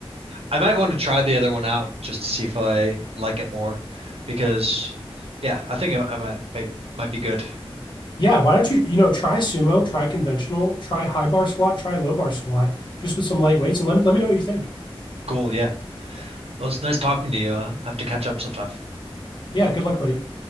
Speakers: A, on the right (about 80°); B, on the left (about 50°).
A: I might want to try the other one out just to see if I like it more because yeah I think I, I might, might might be good.
B: Yeah, why don't you you know try sumo, try conventional, try high bar squat, try low bar squat, just with some light weights, and let let me know what you think.
A: Cool. Yeah. Well, it's nice talking to you. i have to catch up sometime.
B: Yeah, good luck, buddy.